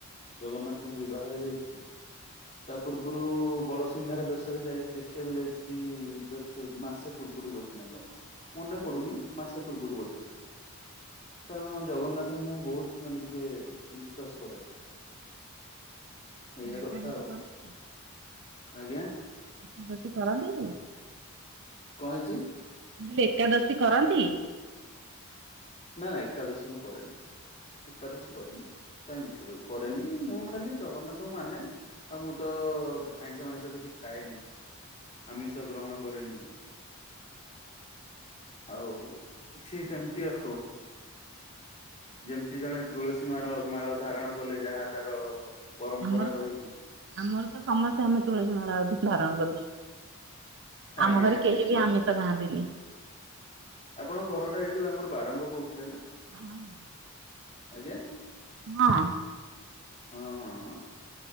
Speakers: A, on the left; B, on the right.
A: ଜଗନ୍ନାଥଙ୍କ ବିବାହରେ ଯାଇଥିଲି। ତା ପୂର୍ବରୁ ବଡସିିଂହାର ବେଶରେ ଯାଇ ଦେଖିବାକୁ ଯାଇଥିଲି ଜଷ୍ଟ ତେ ମାସେ ପୂର୍ବରୁ ବୋଧେ ନା କଣ ମନେ ପଡୁନି ମାସେ ପୂର୍ବରୁ ବୋଧେ କାରଣ ଜଗନ୍ନାଥଙ୍କୁ ମୁଁ ବହୁତ ମାନେ ଟିକେ ବିଶ୍ଵାସ କରେ। ଏଇଆ
B: ଏକାଦଶୀ
A: କଥା ଆଉ
B: କରନ୍ତି?
A: ଆଜ୍ଞା।
B: <unintelligible> କରନ୍ତି।
A: କଣ ହେଇଛି?
B: ଲି ଏକାଦଶୀ କରନ୍ତି?
A: ନା ନା ଏକାଦଶୀ ମୁଁ କରେନି ଏକାଦଶୀ କରେନି କାଇଁ ମିଛ କହିବି କରେନି ମୁଁ ଖାଲି ଜଗନ୍ନାଥଙ୍କୁ ମାନେ ହଁ ମୁଁ ତ ଆଇଁଷ ମାଇଁଷ କିଛି ଖାଏନି। ଆମିଷ ଗ୍ରହଣ କରେନି। ଆଉ କିଛି ସେମିତି ହୋ। ଯେମିତି ଜଣେ ତୁଳସୀ ମାର ମାଳ ଧାରଣ କଲେ ଯାହା ତାର ପରମ୍ପରା
B: ଆମର
A: ରହିଚି।
B: ତ ଆମର ତ ସମସ୍ତେ ଆମେ ତୁଳସୀ ମାଳା ଧାରଣ କରିଛୁ
A: ଆଜ୍ଞା
B: ଆମ ଘରେ
A: ଆଜ୍ଞା
B: କେହି ବି ଆମି ଷ ଖାଆନ୍ତିିନି।
A: ଆପଣଙ୍କ ଘରଟା ଏଇ ଯୋଉ ଆମର ବାରଙ୍ଗ କହୁଥିଲେ ନା।
B: ହଁ।
A: ଆଜ୍ଞା।
B: ହଁ।
A: ହଁ ହଁ ହଁ।